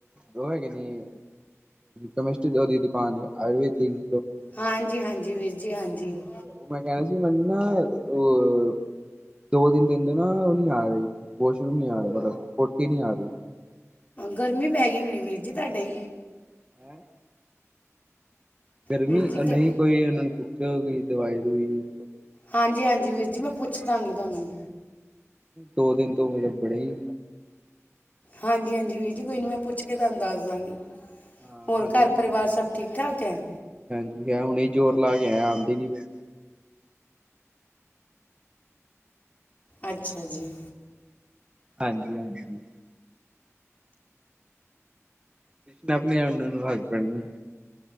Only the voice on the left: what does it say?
ਹਾਂਜੀ, ਹਾਂਜੀ ਵੀਰ ਜੀ। ਹਾਂਜੀ
ਗਰਮੀ ਪੈ ਗਈ ਹੋੁਣੀ ਵੀਰ ਜੀ ਤੁਹਾਡੇ।
ਵੀਰ ਜੀ
ਗ
ਹਾਂਜੀ-ਹਾਂਜੀ ਵੀਰ ਜੀ ਮੈਂ, ਪੁੱਛਦਾਂਗੀ ਤੁਹਾਨੂੰ
ਹਾਂਜੀ-ਹਾਂਜੀ। ਵੀਰਜੀ। ਕੋਈ ਨਹੀਂ ਮੈਂ' ਪੁੱਛ ਕੇ ਤੁਹਾਨੂੰ ਦੱਸ ਦਾਂਗੀ।
ਹੋਰ,
ਘਰ-ਪਰਿਵਾਰ ਸਭ ਠੀਕ-ਠਾਕ ਹੈ?
ਅੱਛਾ ਜੀ।